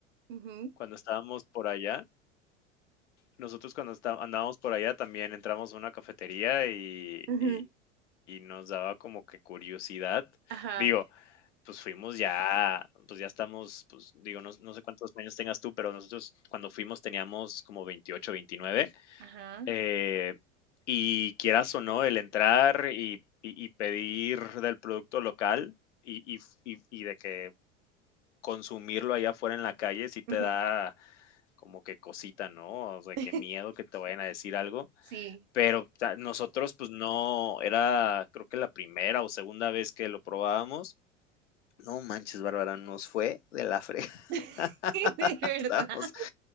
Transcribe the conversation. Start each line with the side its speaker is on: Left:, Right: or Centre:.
Right: Ujú,
Left: cuando estábamos por allá, nosotros cuando está andábamos por allá también entramos a una cafetería y
Right: ujú,
Left: y y nos daba como que curiosidad.
Right: Ajá,
Left: Digo, Pues fuimos ya, pues ya estamos, pues digo, no no sé cuántos años tengas tú, pero nosotros cuando fuimos teníamos como veintiocho veintinueve
Right: ajá.
Left: eh, y quieras o no, el entrar y y y pedir del producto local y y y y de que consumirlo allá afuera en la calle sí te
Right: ujú.
Left: da como que cosita, ¿no? O sea,
Right: <laughs>
Left: que miedo que te vayan a decir algo,
Right: Sí,
Left: pero ta nosotros, pues no, era creo que la primera o segunda vez que lo probábamos. No manches, Bárbara, nos fue de la frega.
Right: <laughs>
Left: <laughs>
Right: de
Left: Estábamos,
Right: verdad.